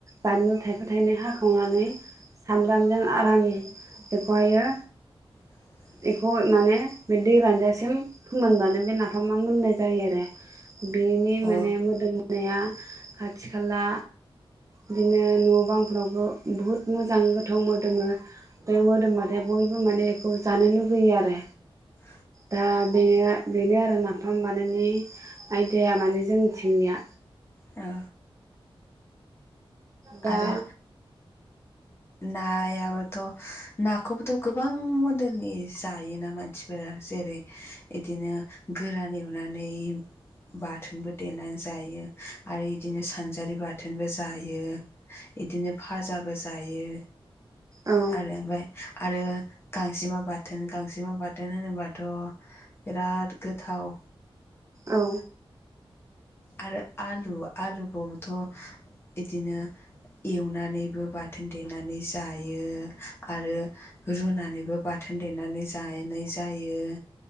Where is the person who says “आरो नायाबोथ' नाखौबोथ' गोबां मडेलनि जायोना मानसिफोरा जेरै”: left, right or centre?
Left